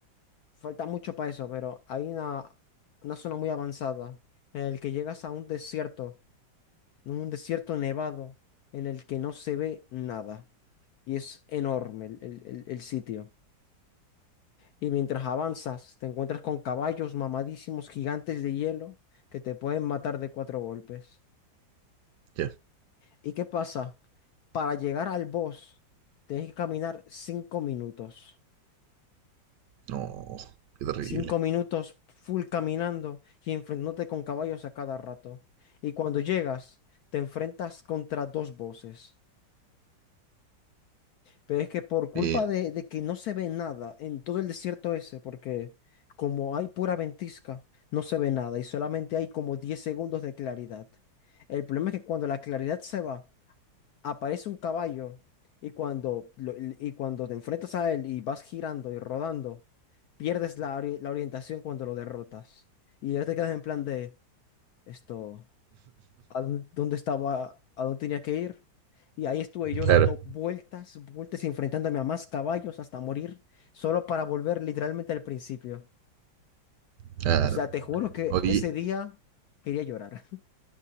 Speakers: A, on the left; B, on the right.
A: falta mucho para eso, pero hay una, una zona muy avanzada en el que llegas a un desierto, un desierto nevado, en el que no se ve nada. Y es enorme el, el- el- el sitio. Y mientras avanzas, te encuentras con caballos mamadísimos gigantes de hielo que te pueden matar de cuatro golpes.
B: Ya.
A: ¿Y qué pasa? Para llegar al boss, tienes que caminar cinco minutos.
B: No, qué terrible.
A: Cinco minutos full caminando y enfrentándote con caballos a cada rato. Y cuando llegas, te enfrentas contra dos voces. Pero es que por culpa
B: Mira,
A: de, de que no se ve nada en todo el desierto ese, porque como hay pura ventisca, no se ve nada y solamente hay como 10 segundos de claridad. El problema es que cuando la claridad se va, aparece un caballo y cuando, lo- y cuando te enfrentas a él y vas girando y rodando, pierdes la, ori- la orientación cuando lo derrotas. Y ya te quedas en plan de esto, ¿a dónde, dónde estaba? ¿A dónde tenía que ir? Y ahí estuve yo dando
B: claro,
A: vueltas, vueltas y enfrentándome a más caballos hasta morir, solo para volver literalmente al principio.
B: claro.
A: O sea, te juro que
B: Oye,
A: ese día quería llorar,